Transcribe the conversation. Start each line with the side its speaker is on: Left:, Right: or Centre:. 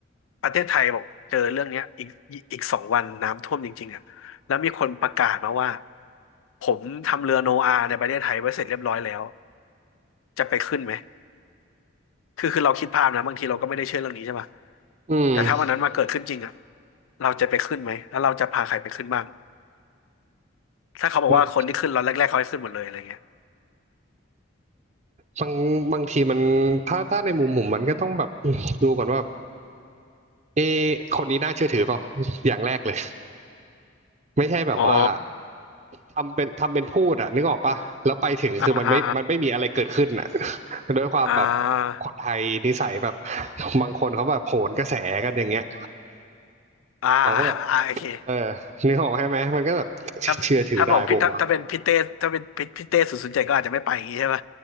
Left: ประเทศไทยบอกเจอเรื่องเนี้ยอีกอีกสองวันน้ำท่วมจริงๆอะแล้วมีคนประกาศมาว่าผมทำเรือโนอาในประเทศไทยไว้เสร็จเรียบร้อยแล้วจะไปขึ้นไหม คือคือเราคิดภาพนะบางทีเราก็ไม่ได้เชื่อเรื่องนี้ใช่ไหม
Right: อืม
Left: แต่ถ้าวันนั้นมาเกิดขึ้นจริงอ่ะเราจะไปขึ้นไหมแล้วเราจะพาใครไปขึ้นบ้างถ้าเขาบอกว่าคนที่ขึ้นเราแรกๆเขาให้ขึ้นหมดเลยอะไรเงี้ย
Right: บางบางบางทีมันถ้าถ้าในมุมผมมันก็ต้องแบบดูก่อนว่าเอ๊ะคนนี้น่าเชื่อถือเปล่าอย่างแรกเลยไม่ใช่แบบว่า
Left: อ๋อ
Right: ทำเป็นทำเป็นพูดอ่ะนึกออกปะแล้วไปถึงคือมันไม่มันไม่มีอะไรเกิดขึ้นอะ
Left: อ่าอ่า
Right: <laughs> ด้วยความแบบ
Left: อ่า
Right: คนไทยนิสัยแบบบางคนเขาแบบโหนกระแสกันอย่างเงี้ย
Left: อ่า
Right: เราก็แบบ
Left: อ่าโอเค
Right: เออ <laughs> นึกออกใช่ไหมมันก็แบบ <laughs>
Left: ถ้าถ้าบอกพี่ถ้าถ้าเป็นพี่เต้ถ้าเป็นพี่พี่เต้ศูนย์ศูนย์เจ็ดก็อาจจะไม่ไปอย่างงี้ใช่ไหม
Right: เชื่อถือได้ผมวะ